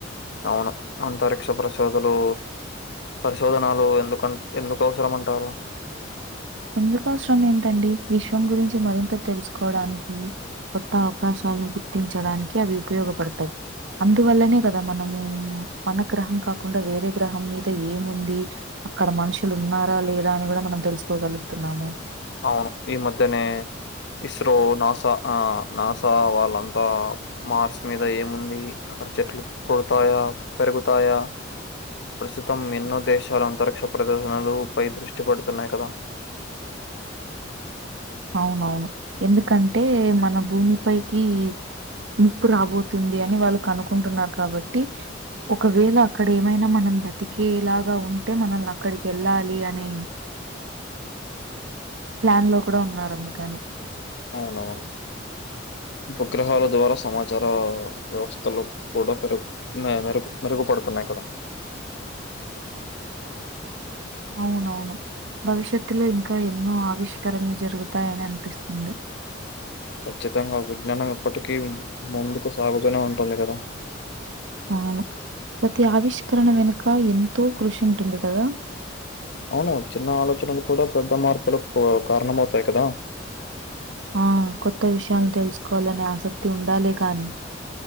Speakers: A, on the left; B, on the right.
A: అవును అంతరిక్ష ప్రశోదలు పరిశోధనాలు ఎందుకన్ ఎందుకు అవసరం అంటారు
B: ఎందుకు అవసరం ఏంటండి? విశ్వం గురించి మరింత తెలుసుకోవడానికి కొత్త అవకాశాల్ను గుర్తించడానికి అవి ఉపయోగపడతయి. అందువల్లనే కదా మనమూ మన గ్రహం కాకుండా వేరే గ్రహం మీద ఏముంది అక్కడ మనుషులు ఉన్నారా లేదా అని గుడా మనం తెలుసుకోగలుగుతున్నాము.
A: అవును ఈ మధ్యనే ఇస్రో నాసా ఆ నాసా వాళ్ళంతా మార్స్ మీద ఏముంది? క్కడ చెట్లు పుడతాయా, పెరుగుతాయా? ప్రస్తుతం ఎన్నో దేశాలు అంతరిక్ష ప్రదర్శనలు పై దృష్టి పెడుతున్నాయి కదా
B: అవునవును, ఎందుకంటే మన భూమి పైకి నిప్పు రాబోతుంది అని వాళ్ళు కనుకుంటున్నారు కాబట్టి ఒకవేళ అక్కడేమైనా మనం బతికేలాగా ఉంటే మనల్నక్కడికి వెళ్ళాలి అనే ప్లాన్ లో కూడా ఉన్నారు అందుకని
A: అవునవును ఉపగ్రహాల ద్వారా సమాచారా వ్యవస్థలు కూడా పెరుగు మే మెరుగు మెరుగుపడుతున్నాయి క్కడ
B: అవునవును భవిష్యత్తులో ఇంకా ఎన్నో ఆవిష్కరణలు జరుగుతాయని అనిపిస్తుంది.
A: ఖచ్చితంగా విజ్ఞానం ఎప్పటికీ మ్ ముందుకు సాగుతూనే ఉంటుంది గదా
B: అవును ప్రతి ఆవిష్కరణ వెనుక ఎంతో కృషి ఉంటుంది గదా
A: అవును చిన్న ఆలోచనలు కూడా పెద్ద మార్పులకు కారణమవుతాయి కదా.
B: ఆ కొత్త విషయాలు తెలుసుకోవాలనే ఆసక్తి ఉండాలే కాని